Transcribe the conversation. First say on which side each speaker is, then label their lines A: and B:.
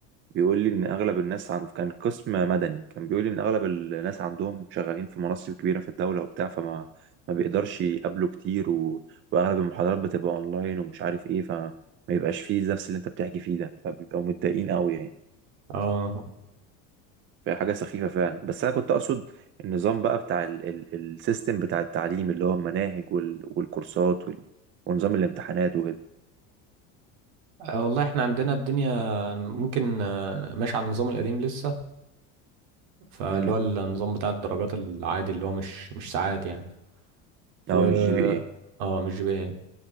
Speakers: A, on the right; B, on the right.
A: بيقول لي ان اغلب الناس عن كان قسم مدني كان بيقول لي ان اغلب الناس عندهم شغالين في مناصب كبيره في الدوله وبتاع فما ما بيقدرش يقابله كتير و... واغلب المحاضرات بتبقى اونلاين ومش عارف ايه فما يبقاش فيه نفس اللي انت بتحكي فيه ده فبيبقوا متضايقين قوي يعني
B: اه
A: فهي حاجه سخيفه فعلا بس انا كنت اقصد النظام بقى بتاع ال... ال... السيستم بتاع التعليم اللي هو المناهج وال... والكورسات وال... ونظام الامتحانات وكده
B: آه والله احنا عندنا الدنيا ممكن آه، ماشي على النظام القديم لسه فاللي
A: امم
B: هو النظام بتاع الدرجات العادي اللي هو مش مش ساعات يعني و
A: اه مش جي بي ايه
B: اه مش جي بي ايه